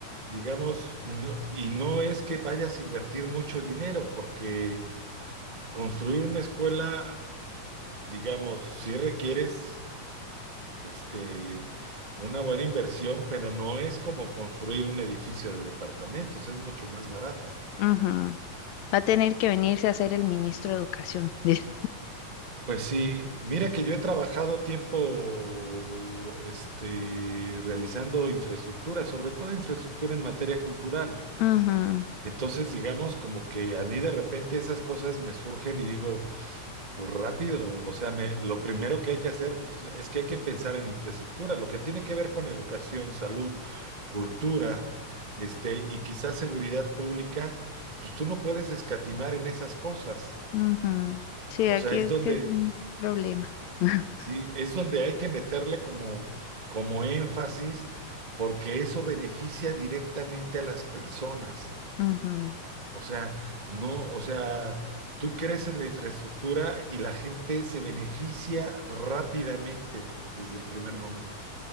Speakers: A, on the right (about 25°); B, on the left (about 70°).
A: Digamos, no- y no es que vayas a invertir mucho dinero, porque construir una escuela, digamos, sí requieres, este, una buena inversión, pero no es como construir un edificio de departamentos, es mucho más barato.
B: ujú. Va a tener que venirse a ser el ministro de Educación. <laughs> dice.
A: Pues sí, mira que yo he trabajado tiempo, este, realizando infraestructura, sobre todo infraestructura en materia cultural.
B: Ujú,
A: Entonces, digamos, como que a mí de repente esas cosas me surgen y digo, Pues rápido, o sea, me- lo primero que hay que hacer pues, es que hay que pensar en infraestructura, lo que tiene que ver con educación, salud, cultura, este, y quizás seguridad pública, pues tú no puedes escatimar en esas cosas.
B: ujú. Sí, aquí
A: O sea, es
B: es
A: donde,
B: que es un problema. <laughs>
A: sí, es donde hay que meterle como, como énfasis, porque eso beneficia directamente a las personas.
B: Ujú,
A: O sea, no, o sea, tú creces la infraestructura y la gente se beneficia rápidamente desde el primer momento